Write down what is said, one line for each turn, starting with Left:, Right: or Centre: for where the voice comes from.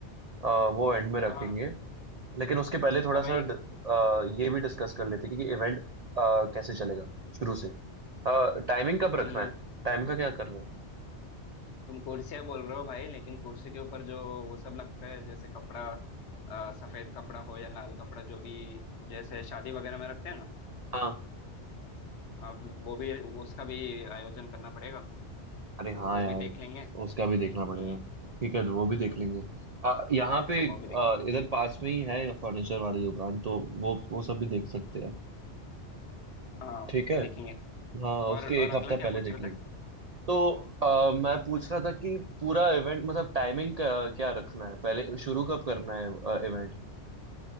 Right: अ, वो एंड में रखेंगे
Left: हाँ हाँ
Right: लेकिन उसके पहले थोड़ा
Left: हाँ भाई
Right: सा ड- अ, ये भी डिस्कस कर लेते हैं कि इवेंट कैसे चलेगा शुरू से टाइमिंग कब
Left: तुम
Right: रखना है टाइम का क्या करना है
Left: तुम कुर्सियां बोल रहे हो भाई लेकिन कुर्सी के ऊपर जो वो सब लगता है जैसे कपड़ा अ, सफेद कपड़ा हो या लाल कपड़ा जो भी जैसे शादी वगैरह में रखते हैं ना
Right: हाँ
Left: अब वो भी उसका भी आयोजन करना पड़ेगा
Right: अरे
Left: तो
Right: हाँ
Left: वो
Right: यार
Left: भी देख लेंगे
Right: उसका भी देखना
Left: हम्म
Right: पड़ेगा ठीक है तो वो भी देख लेंगे आ, यहाँ पे
Left: वो भी देख
Right: आ,
Left: लेंगे
Right: इधर पास में ही है फर्नीचर वाली दुकान तो वो वो सब भी देख सकते हैं
Left: हाँ
Right: ठीक है
Left: देखेंगे
Right: हाँ
Left: और
Right: उसके
Left: और
Right: एक
Left: अगला
Right: हफ्ता
Left: क्या
Right: पहले
Left: पूछ
Right: देख
Left: रहे
Right: लेंगे
Left: थे
Right: तो आ, मैं पूछ रहा था कि पूरा इवेंट मतलब टाइमिंग का क्या रखना है पहले शुरू कब करना है इवेंट